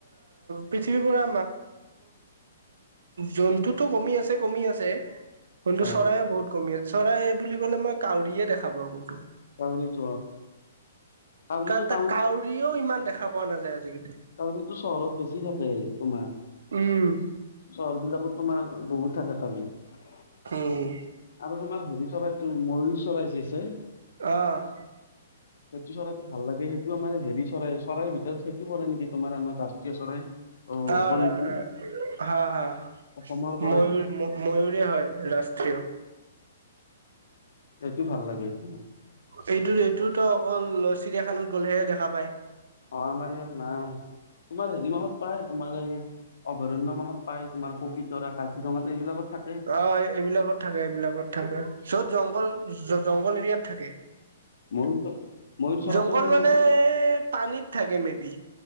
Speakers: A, on the right; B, on the left.
A: পৃথিৱীৰ পৰা জন্তুতো কমি আছে কমি আছে কিন্তু
B: হয়
A: চৰাইে বহুত কমি আছে চৰাই বুলি ক'লে মই কাউ কৰিয়ে দেখাব কোনটো
B: ত ঋত তঋত
A: কা তাক
B: ত
A: কাউৰীও ইমান দেখা পোৱা নাযায় আজিকালি
B: কউৰিতো চহৰত বেছি থাকে তোমাৰ
A: উম
B: চহৰ বিলাকত তোমাৰ বহুত থাকে ত।
A: উম',
B: আৰু তোমাৰ হেৰি চৰাইটো ময়ুৰ চৰাই যি আছে।
A: অঁহ ',
B: সেটো চৰাইটো ভাল লাগেই। আমাৰ হেৰি চৰাই চৰাইৰ ভিতৰত চেকি পৰে নেকি তোমাৰ আমাৰ ৰাষ্ট্ৰীয় চৰাই। অ
A: অহ
B: পৰে নেকি
A: ', হা - হা
B: অসমৰ পৰে
A: ময়ুৰ ময়ুৰে হয় ৰাষ্ট্ৰীয়।
B: এইটো ভাল লাগেটো যি
A: এইটো - এইটোতো অকল চিৰিয়াখানাত গ'লেহে দেখা পায়।
B: অহ আমাৰ ইয়াত নাই। তোমাৰ হেৰি মাহাত পায় তোমাৰ এই অভয়াৰণ্যত মাহাত পায় তোমাৰ পবিতৰা কাজিৰঙাত এইবিলাকত থাকে
A: অহ ', এইবিলাকত থাকে এইবিলাকত থাকে য'ত জংঘল জংঘল এৰিয়াত থাকে।
B: ময়ুৰ চ ময়ূ চৰাটো
A: জংঘল
B: কিন্তু
A: মানে
B: ম
A: পানীত থাকে মে বি